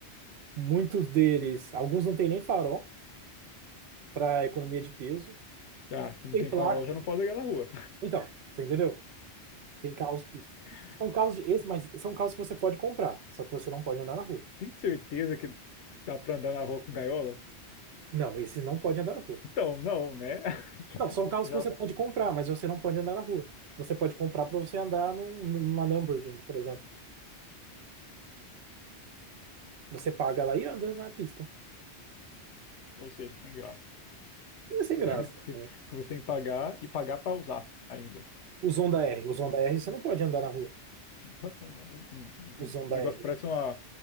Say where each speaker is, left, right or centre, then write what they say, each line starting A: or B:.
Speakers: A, on the right; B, on the left.
A: Muitos deles, alguns não tem nem farol para economia de peso,
B: Ah, não
A: tem
B: tem
A: placa.
B: farol, já não pode ligar na rua.
A: Então, você entendeu? Tem carros que
B: <laughs>
A: são carros de, esse, mas são carros que você pode comprar, só que você não pode andar na rua.
B: Tem certeza que dá pra andar na rua com gaiola?
A: Não, esses não podem andar na rua.
B: Então, não, né? <laughs>
A: Não, são carros
B: Já,
A: que você pode comprar, mas você não pode andar na rua. Você pode comprar para você andar num, numa Nürburgring, por exemplo. Você paga lá e anda na pista.
B: ou seja, sem graça.
A: É sem graça.
B: <laughs> Porque,
A: né?
B: porque você tem que pagar e pagar pra usar ainda.
A: Os Honda R. Os Honda R você não pode andar na rua.
B: Então, não, o
A: Os Honda
B: o negócio
A: R.
B: parece uma,